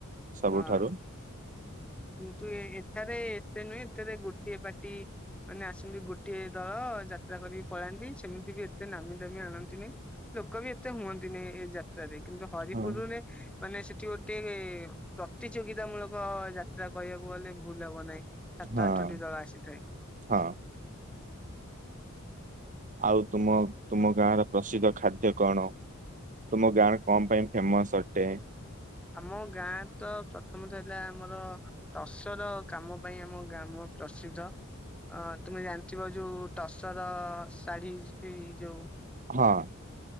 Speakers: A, in the centre; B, on the right.
A: ହଁ
B: ସବୁଠାରୁ।
A: କିନ୍ତୁ ଏଥାରେ ଏତେ ନୁହେଁ ଏଥିରେ ଗୋଟିଏ ପାଟି ମାନେ ଆସନ୍ତି ଗୋଟଏ ଦଳ ଯାତ୍ରା କରିକି ପଳାନ୍ତି ସେମିତି ବି ଏତେ ନାମୀ ଦାମୀ ଆଣନ୍ତିନି। ଲୋକ ବି ଏତେ ହୁଅନ୍ତିନି ଏ ଯାତ୍ରାରେ କିନ୍ତୁ ହରିପୁରରେ
B: ହଁ
A: ମାନେ ସେଠି ଗୋଟେ ପ୍ରତିଯୋଗିତା ମୂଳ କ ଯାତ୍ରା କହିବାକୁ ଗଲେ ଭୁଲ୍ ହବ ନାହିଁ ସାତ
B: ହଁ
A: ଆଠଟି ଦଳ ଆସିଥାଏ।
B: ହଁ। ଆଉ ତୁମ ତୁମ ଗାଁ ର ପ୍ରସିଦ୍ଧ ଖାଦ୍ୟ କଣ? ତୁମ ଗାଁର କଁ ପାଇଁ ଫେମସ୍ ଅଟେ?
A: ଆମ ଗାଁ ତ ପ୍ରଥମତଃ ହେଲା ଆମର ଟସର କାମ ପାଇଁ ଆମ ଗ୍ରାମ ପ୍ରସିଦ୍ଧ। ଅ ତୁମେ ଜାଣିଥିବ ଯୋଉ ଟସର ଶାଢ଼ୀ ବି ଯୋଉ?
B: ହଁ।